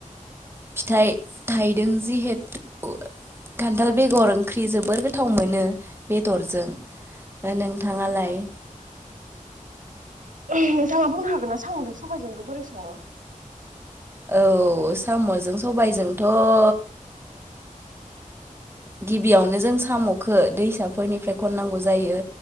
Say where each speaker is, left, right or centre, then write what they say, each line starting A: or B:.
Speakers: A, on the right; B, on the right.
A: फिथाइ थाइदों जिहेथु खान्थाल बेगर ओंख्रि जोबोर गोथाव मोनो बेदरजों। नोंथाङालाय?
B: <inaudible> नोंथाङा बुंनो हागोन ना साम'जों सबाइजोंखौ बोरै सङो?
A: औ साम'जों सबायजोंथ'ओ गिबियावनो जों साम'खौ दैसाफोरनिफ्राय खननांगौ जायो